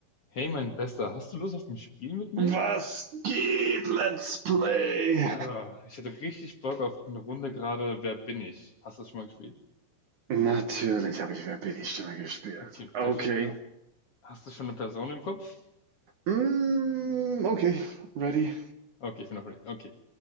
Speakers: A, on the left; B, on the right.
A: Hey, mein Bester, hast du Lust auf ein Spiel mit mir?
B: Was geht, Let's Play?
A: Äh, ich hätte richtig Bock auf eine Runde gerade Wer bin ich? Hast du das schon mal gespielt?
B: Natürlich habe ich Wer bin
A: Okay,
B: ich Stimme gespielt.
A: okay, perfekt.
B: Okay.
A: Hast du schon eine Person im Kopf?
B: Mm, okay, ready.
A: Okay, ich bin auch ready. Okay.